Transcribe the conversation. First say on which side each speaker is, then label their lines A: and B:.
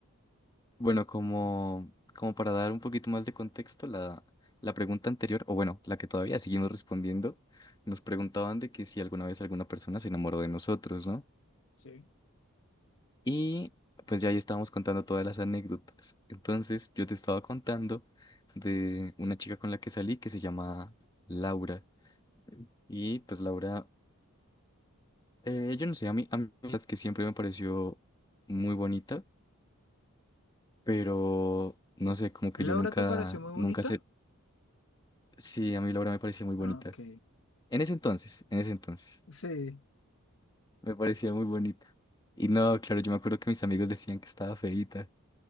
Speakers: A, on the left; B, on the left.
A: Bueno, como, como para dar un poquito más de contexto, la, la pregunta anterior, o bueno, la que todavía seguimos respondiendo, nos preguntaban de que si alguna vez alguna persona se enamoró de nosotros, ¿no?
B: Sí.
A: Y pues ya ahí estábamos contando todas las anécdotas. Entonces yo te estaba contando de una chica con la que salí que se llama Laura. Y pues Laura, eh, yo no sé, a mí, a mí las que siempre me pareció muy bonita, pero no sé, como que
B: la
A: yo
B: ¿Laura
A: nunca,
B: te pareció muy bonita?
A: nunca sé. Sí, a mí Laura me parecía muy bonita.
B: Ah, ok.
A: En ese entonces, en ese entonces,
B: Sí,
A: me parecía muy bonita. Y no, claro, yo me acuerdo que mis amigos decían que estaba feíta,